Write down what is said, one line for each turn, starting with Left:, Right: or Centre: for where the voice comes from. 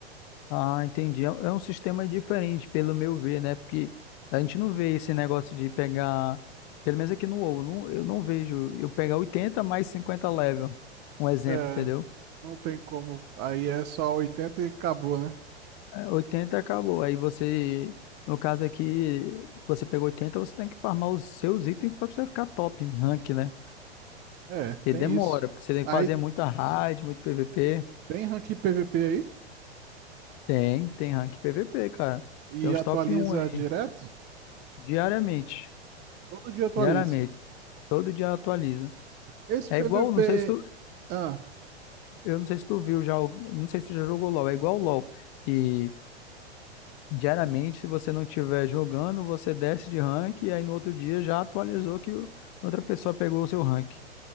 Left: Ah, entendi. É é um sistema diferente, pelo meu ver, né? Porque a gente não vê esse negócio de pegar, pelo menos aqui no WoW, não- eu não vejo eu pegar 80 mais 50 level, um exemplo,
Right: É,
Left: entendeu?
Right: não tem como. Aí é só oitenta e acabou, né?
Left: É, 80 acabou. Aí você, no caso aqui, você pegou 80, você tem que farmar os seus itens para você ficar top em rank, né?
Right: É,
Left: E
Right: tem
Left: demora,
Right: isso.
Left: porque você tem
Right: Aí
Left: que fazer muita raid, muito PVP.
Right: tem rank PVP aí
Left: Tem, tem rank PVP, cara.
Right: e
Left: Tem os
Right: atualiza
Left: top um aí,
Right: direto.
Left: diariamente.
Right: Todo dia atualiza.
Left: Diariamente. Todo dia atualiza.
Right: Esse
Left: É
Right: PVP.
Left: igual, não sei se tu,
Right: Ah,
Left: eu não sei se tu viu já, o- não sei se tu já jogou LoL, é igual o LoL. E diariamente, se você não estiver jogando, você desce de rank e aí no outro dia já atualizou que o- outra pessoa pegou o seu rank.